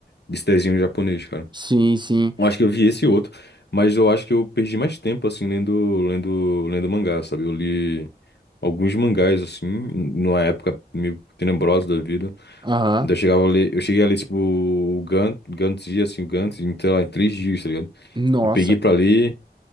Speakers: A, on the left (about 75°); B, on the right (about 25°).
A: desse desenho japonês, cara.
B: Sim, sim.
A: Eu Acho que eu vi esse e outro, mas eu acho que eu perdi mais tempo, assim, lendo, lendo, lendo mangá, sabe? Eu li alguns mangás, assim, numa época meio tenebrosa da vida.
B: Aham.
A: Ainda chegava a ler, eu cheguei a ler, tipo, o Gantz, Gantz Dia, assim, o Gantz, em, sei lá, em três dias, tá ligado?
B: Nossa.
A: E peguei pra ler,